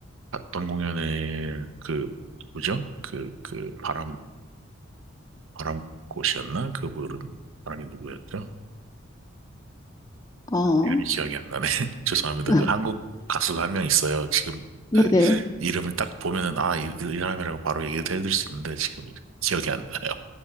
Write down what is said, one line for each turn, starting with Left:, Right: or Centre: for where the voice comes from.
Right: 봤던 공연에 그, 누구죠? 그, 그, 바람, 바람꽃이었나? 그분은, 바람이 누구였죠?
Left: 어,
Right: 이름이 기억이 안 나네. <laughs> 죄송합니다.
Left: <laughs>
Right: 그 한국 가수가 한 명 있어요. 지금
Left: 네네.
Right: 아, 이름을 딱 보면은, 아, 이, 이 사람이라고 바로 얘기를 해드릴 수 있는데, 지금 기억이 안 나요.